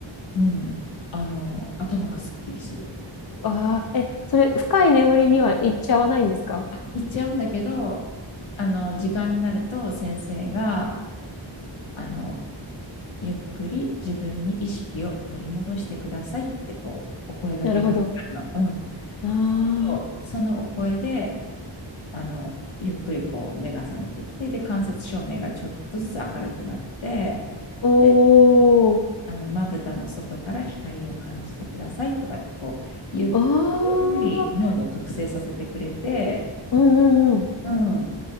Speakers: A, on the left; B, on the left.
A: うん、あの、頭がすっきりする。
B: わあ、え、それ、深い眠りには行っちゃわないんですか
A: あ、言っちゃうんだけど、あの、時間になると先生が、あの、ゆっくり自分に意識を取り戻してくださいってこう、お声掛けが来るの。
B: なるほど。
A: うん。
B: ああ、
A: そうするとそのお声で、あの、ゆっくりこう目が覚めてきて、で、間接照明がちょっとずつ明るくなって、
B: お
A: で、
B: ー、
A: あの、まぶたの外から光を感じてくださいとかってこう、ゆっく
B: ああ、
A: り脳を覚醒させてくれて、
B: うんうんうん。
A: うん。